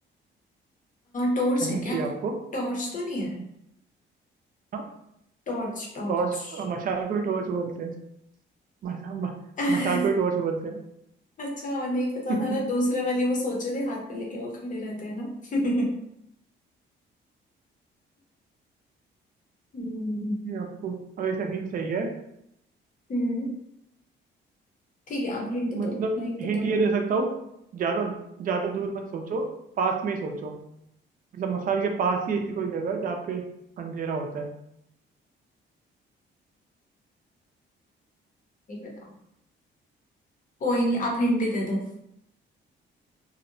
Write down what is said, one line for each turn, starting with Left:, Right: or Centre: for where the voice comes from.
Left: टॉर्च
Right: कहीं
Left: है क्या
Right: चाहिए आपको
Left: टॉर्च तो नहीं है
Right: हाँ
Left: Torch torch
Right: टॉर्च मशाल को ही टॉर्च बोलते हैं मशा, म,
Left: <laughs>
Right: मशाल को ही टॉर्च बोलते हैं
Left: अच्छा और नहीं पता
Right: <laughs>
Left: था मैं दूसरे वाली वो सोच रही थी हाथ में लेके वो खड़े रहते हैं ना <laughs> हम्म
Right: ये आपको अगर ऐसा हिंट चाहिए
Left: हम्म, ठीक है आप हिंट
Right: मतलब
Left: दो नहीं
Right: हिंट
Left: पता
Right: ये दे सकता हूँ ज्यादा ज्यादा दूर मत सोचो पास में ही सोचो मतलब मसाल के पास ही ऐसी कोई जगह है जहाँ पे अंधेरा होता है
Left: नहीं पता कोई नहीं आप हिंट दे दो